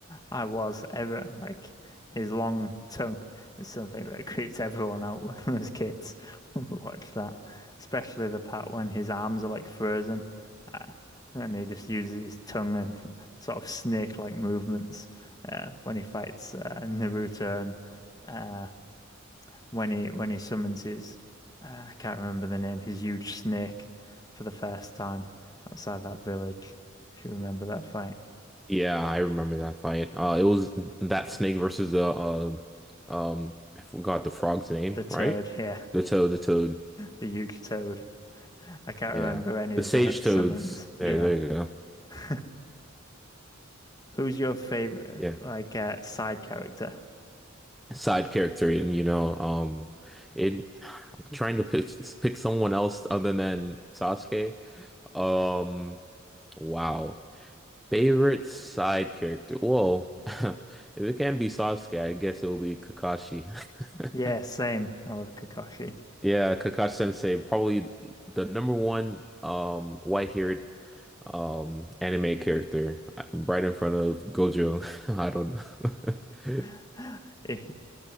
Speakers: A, on the left; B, in the centre.
A: I was ever like his long tongue is something that creeps everyone out when <laughs> we was kids. <laughs> watch that, especially the part when his arms are like frozen, uh, and he just uses his tongue and <laughs> sort of snake-like movements uh, when he fights uh, Naruto and uh, when he when he summons his uh, I can't remember the name, his huge snake for the first time outside that village. If you remember that fight.
B: Yeah, I remember that fight. Uh, it was that snake versus the uh, um, I forgot the frog's name,
A: The toad,
B: right?
A: <laughs> yeah,
B: The toad, the toad.
A: the huge toad. I can't
B: Yeah,
A: remember any
B: the
A: of
B: sage
A: the summons.
B: toads. There,
A: Yeah.
B: there you go.
A: <laughs> Who's your favorite
B: Yeah.
A: like uh, side character?
B: side character and you know um it I'm trying to pick pick someone else other than Sasuke um wow favorite side character whoa <laughs> if it can't be Sasuke I guess it'll be Kakashi <laughs>
A: Yeah, same. I love Kakashi.
B: yeah Kakashi Sensei probably the number one um white-haired um anime character uh, right in front of Gojo <laughs> I don't know
A: <laughs> If,